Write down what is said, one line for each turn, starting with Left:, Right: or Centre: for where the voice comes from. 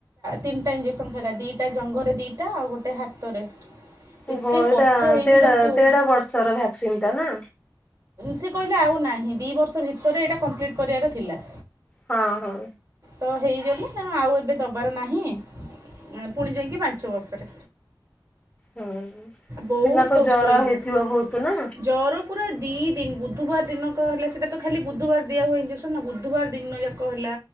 Right: ତିନିଟା ଇଞ୍ଜେକ୍ସନ୍ ଖାଇବା ଟା ଜଙ୍ଘରେ ଦିଟା ଆଉ ଗୋଟେ ହାତରେ
Left: ଓହୋ
Right: ଏତେ
Left: ଏଇଟା
Right: କଷ୍ଟ ହେଇଛି
Left: ଦେଢ
Right: ତାକୁ
Left: ଦେଢ ବର୍ଷର ଭ୍ୟାକ୍ସିନ ଟା ନା।
Right: ସେ କହିଲେ ଆଉ ନାହିଁ ଦିଇ ବର୍ଷ ଭିତରେ ଏଇଟା କମ୍ପ୍ଲିଟ୍ କରିବାର ଥିଲା।
Left: ହଁ ହଁ।
Right: ତ ହେଇଗନ ତେଣୁ ଆଉ ଏବେ ଦେବାର ନାହିଁ। ଏଁ, ପୁଣି ଯାଇକି ପାଞ୍ଚ ବର୍ଷରେ।
Left: ହୁଁ
Right: ବହୁତ
Left: ପିଲାକୁ
Right: କଷ୍ଟ
Left: ଜର
Right: ହେଇଛି
Left: ହେଇଥିବ
Right: ତା
Left: ବହୁତ ନା
Right: ଜର ପୁରା ଦୁଇ ଦିନ ବୁଧବାର ଦିନକ ହେଲା ସେଇଟା ତ ଖାଲି ବୁଧବାର ଦିଆ ହୁଏ ଇଞ୍ଜେକ୍ସନ୍ ନା ବୁଧବାର ଦିନ ଯାକ ହେଲା।